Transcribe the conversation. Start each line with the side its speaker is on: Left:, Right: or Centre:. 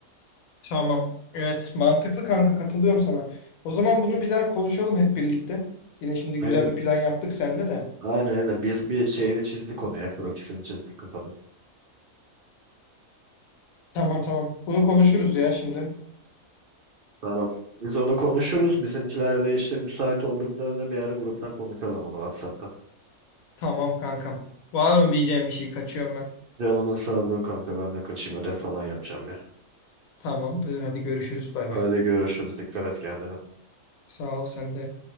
Left: Tamam. Evet, mantıklı kanka katılıyorum sana. O zaman bunu bir daha konuşalım hep birlikte. Yine şimdi
Right: Aynen.
Left: güzel bir plan yaptık seninle de.
Right: Aynen aynen. Biz bir şeyini çizdik onu ya. Krokisini çizdik kafadan.
Left: Tamam tamam. Bunu konuşuruz ya şimdi.
Right: Tamam. Biz onu konuşuruz. Bizimkiler de işte müsait olduklarını bir ara gruptan konuşalım onu WhatsApp'tan.
Left: Tamam kankam. Var mı diyeceğim bir şey? Kaçıyorum ben.
Right: Canının sağlığı kanka ben de kaçayım ödev falan yapacağım ya.
Left: Tamamdır. Hadi görüşürüz. Bay
Right: Hadi
Left: bay.
Right: görüşürüz. Dikkat et kendine.
Left: Sağ ol sen de.